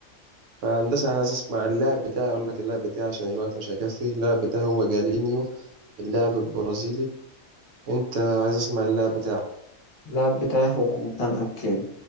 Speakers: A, on the right; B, on the left.
A: فهندسة عايز أسمع اللاعب بتاعي أقول لك اللاعب بتاعي عشان الوقت مش هيكفي اللاعب بتاعي هو جالينيو اللاعب البرازيلي أنت عايز أسمع اللاعب بتاعك
B: اللاعب بتاعي هو نتان أكي